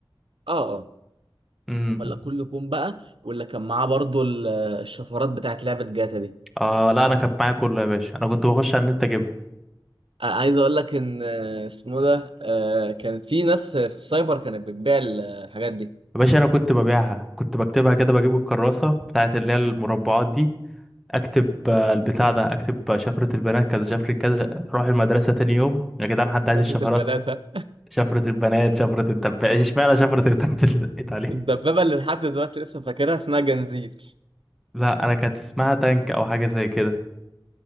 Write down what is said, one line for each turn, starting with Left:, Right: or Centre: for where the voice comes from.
Right: اه اه
Centre: امم
Right: ولا كله كوم بقى واللي كان معاه برضو ال- الشفرات بتاعت لعبة جاتا دي
Centre: اه لا انا كانت معايا كله يا باشا انا كنت بخش على النت اجيبها
Right: آه، عايز اقول لك ان آه، اسمه ده آه، كانت في ناس في السايبر كانت بتبيع ال- الحاجات دي
Centre: يا باشا انا كنت ببيعها كنت بكتبها كده بجيب الكراسه بتاعت اللي هي المربعات دي اكتب آه، البتاع ده اكتب آه، شفره البنات كذا شفره كذا اروح المدرسه تاني يوم يا جدعان حد
Right: شفرة
Centre: عايز الشفرات
Right: البنات ها؟
Centre: شفره البنات شفره الدبابه اشمعنى شفره البنات اللي دقيت عليها
Right: الدبابة اللي لحد دلوقتي لسه فاكرها اسمها جنزير
Centre: <laughs> لا انا كانت اسمها تانك او حاجه زي كده